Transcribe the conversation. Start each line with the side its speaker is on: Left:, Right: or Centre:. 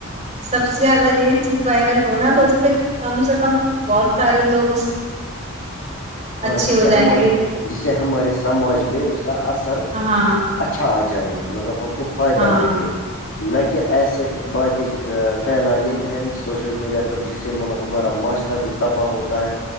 Right: سب سے زیادہ یہ چز وائرل ہونا تو اس سے کم سے کم بہت سارے لوگ اس
Left: ہاں
Right: اچھے
Left: جسے
Right: ہو
Left: ہمارے
Right: جائیں گے
Left: جسے ہمارے سماج میں اس کا اثر اچھا
Right: ہاں
Left: اچھا آ جائے مطلب ہم کو فائدہ
Right: ہاں
Left: ملے نہ کہ ایسے باتیں پھیلانے ہیں سوشل میڈیا پر جس سے مطلب ہمارا معاشرہ بھی تباہ ہوتا ہے